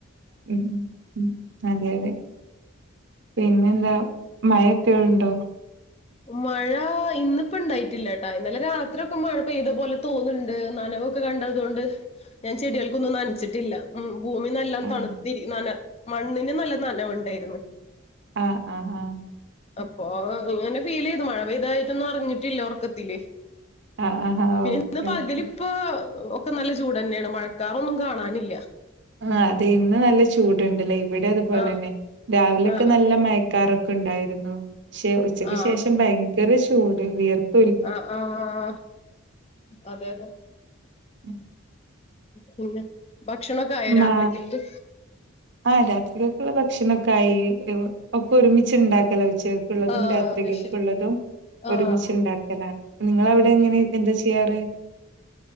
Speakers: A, on the right; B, on the left.
A: ഉ ഉ അതെ അതെ പിന്നെ എന്താ മഴക്കെ ഉണ്ടോ?
B: മഴ ഇന്നിപ്പോ ഇണ്ടായിട്ടില്ലട്ടാ ഇന്നലെ രാത്രിയൊക്കെ മഴപെയ്തപോലെ തോന്നണ്ട് നനവൊക്കെ കണ്ടതോണ്ട് ഞാൻ ചെടികൾക്കൊന്നും നനച്ചിട്ടില്ല മ് ഭൂമിനല്ലോം
A: ആഹ്
B: തണുത്തി നന മണ്ണിന് നല്ല നനവുണ്ടായിരുന്നു
A: ആഹ ആഹ ആഹ
B: അപ്പൊ ഇങ്ങനെ ഫീൽ ചെയ്ത് മഴ പെയ്തായിട്ടൊന്നും അറിട്ടില്ല ഉറക്കതില്
A: ആഹ് ആഹ് ആഹ്
B: പി
A: ഓക്കെ
B: ഇന്ന് പകല്
A: ഓക്കെ
B: ഇപ്പൊ ഓക്ക് നല്ല ചൂട് തന്നെയാണ് മഴക്കാറൊന്നും കാണാനില്ല
A: ആ അതെ ഇന്ന് നല്ല ചൂടുണ്ടല്ലേ ഇവിടെ അതുപോലെ
B: ആഹ്
A: തന്നെ രാവിലൊക്കെ
B: ആഹ്
A: നല്ല മയക്കാറൊക്കെ ഒക്ക ഉണ്ടായിരുന്നു പക്ഷെ ഉച്ചയ്ക്ക്
B: ആഹ്
A: ശേഷം ഭയങ്കര ചൂ ചൂട് വിയർക്
B: ആഹ് ആഹ് അതെ അതെ
A: ഉം
B: പിന്നെ ഭക്ഷണൊക്കെ ആയ
A: മാ
B: രാത്രിക്കക്ക്
A: ആഹ് രാത്രിക്കേക്കുള്ള ഭക്ഷണൊക്കെ ആയി ഒക്കെ ഒരുമിച്ച് ച്ച് ഉണ്ടാക്കല ഉച്ചക്കേക്കുള്ളതും
B: ആഹ്
A: രാത്രിക്കേക്കുള്ളതും
B: അത് ശരി ആഹ്
A: ഒരുമിച്ച് ഉണ്ടാക്കല നിങ്ങളവിടെ
B: ഓക്കെ
A: എങ്ങനെ എന്താ ചെയ്യാറ്